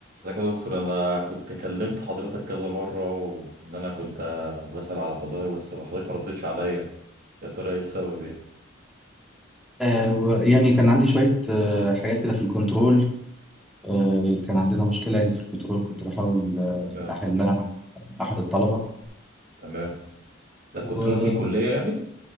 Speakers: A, on the right; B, in the centre.
A: ازيك يا دكتور انا كنت كلمت حضرتك كذا مره وان انا كنت بسأل على حضرتك بس حضرتك ما ردتش عليا يا ترى ايه السبب يعني
B: آه، و- يعني كان عندي شوية آه، حاجات كده في الكنترول آه، كان عندنا مشكلة يعني في الكنترول كنت بحاول آه،
A: آه.
B: أحلها مع أحد الطلبة
A: تمام ده كنترول
B: و
A: في الكليه يعني